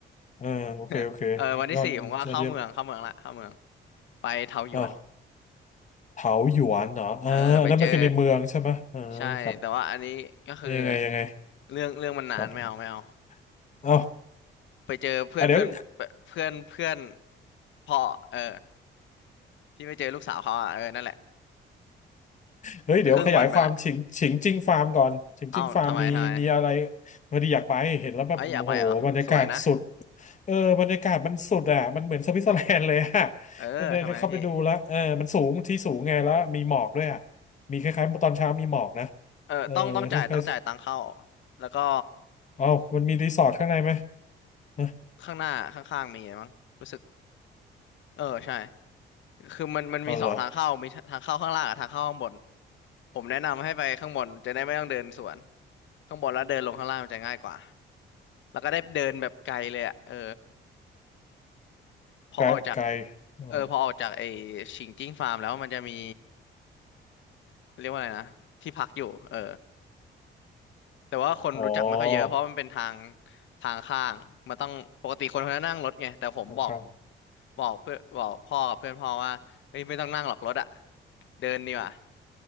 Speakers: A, on the left; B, on the left.
A: เออโอเคโอเค
B: <laughs> เออวันที่สี่ผมก็เข้าเมืองเข้าเมืองละเข้าเมือง
A: ยอดยอดเยี่ยม
B: ไปเทาหยวน
A: อ้าวเถาหยวนเหรออ่าอันนั่นมันคือในเมืองใช่ไหมอ่าครับ
B: เออไปเจอใช่แต่ว่าอันนี้ก็คือ
A: ยังไงยังไง
B: เรื่องเรื่องมันนานไม่เอาไม่เอา
A: ครับอ้าว
B: ไปเจอเพื่อนเพื่อน
A: อ่ะเดี๋ยว
B: เพื่อนเพื่อนพ่อเออที่ไปเจอลูกสาวเขาอ่ะเออนั่นแหละ
A: เฮ้ยเดี๋ยวขยายความฉิงฉิงจิ้งฟาร์มก่อนฉิงจิ้งฟาร์มมีมีอะไร
B: ครึ่งวันไปละเอ้าทำไมทำไม
A: พอดีอยากไปเห็นแล้วแบบโอ้โหบรรยากาศสุด
B: เอ้ยอยากไปเหรอสวยนะ
A: เออบรรยากาศมันสุดอ่ะมันเหมือนสวิตเซอร์แลนด์เลยอ่ะ
B: เออทำไมพี่
A: <laughs> มันเลยเข้าไปดูแล้วเออมันสูงที่สูงไงแล้ว มีหมอกด้วยอ่ะมีคล้ายๆตอนเช้ามีหมอกนะ
B: เออต้องต้องจ่ายต้องจ่ายตังค์เข้า
A: เออคล้าย
B: แล้วก็
A: ๆเอ้ามันมีรีสอร์ทข้างในไหมนะ
B: ข้างหน้าข้างๆมีมั้งรู้สึกเออใช่คือมันมันมีสองทางเข้ามีทางเข้าข้างล่างกับทางเข้าข้างบน
A: อ๋อเหรอ
B: ผมแนะนำให้ไปข้างบนจะได้ไม่ต้องเดินสวนข้างบนแล้วเดินลงข้างล่างมันจะง่ายกว่า แล้วก็ได้เดินแบบไกลเลยอ่ะเออพอออกจาก
A: ไกลไกลอ๋อ
B: เออพอออกจากไอ้ชิงจิ้งฟาร์มแล้วมันจะมีเรียกว่าอะไรนะที่พักอยู่เออแต่ว่าคนรู้จักไม่ค่อยเยอะเพราะมันเป็นทาง
A: อ
B: ทางข้างมันต้องปกติคนเขาจะนั่งรถไงแต่ผมบอก
A: ๋อครับ
B: บอกเพื่อนบอกพ่อกับเพื่อนพ่อว่าเฮ้ยไม่ต้องนั่งหรอกรถอ่ะเดินดีกว่า